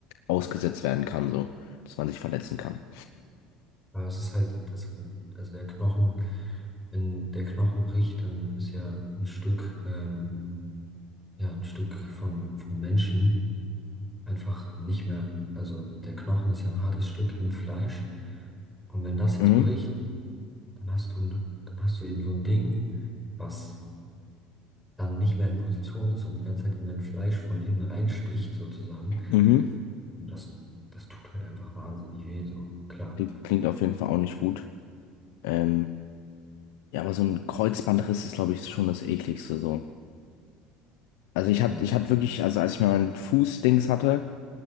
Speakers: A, on the left (about 90°); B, in the centre.
A: ausgesetzt werden kann, so, dass man sich verletzen kann.
B: ja, es ist halt, das, also der Knochen. Wenn der Knochen bricht, dann ist ja ein Stück, ähm, ja, ein Stück von, vom Menschen einfach nicht mehr. Also der Knochen ist ja ein hartes Stück im Fleisch. Und wenn das jetzt
A: Mhm.
B: bricht, dann hast du, ein- dann hast du eben so ein Ding, was dann nicht mehr in Position ist und die ganze Zeit in dein Fleisch von innen reinsticht, sozusagen.
A: Mhm.
B: Und das, das tut halt einfach wahnsinnig weh, so. Klar.
A: Die klingt auf jeden Fall auch nicht gut. Ähm, ja, aber so ein Kreuzbandriss ist, glaube ich, schon das Ekligste so. Also ich hatte,
B: Ja.
A: ich hatte wirklich, also als ich mir meinen Fußdings hatte,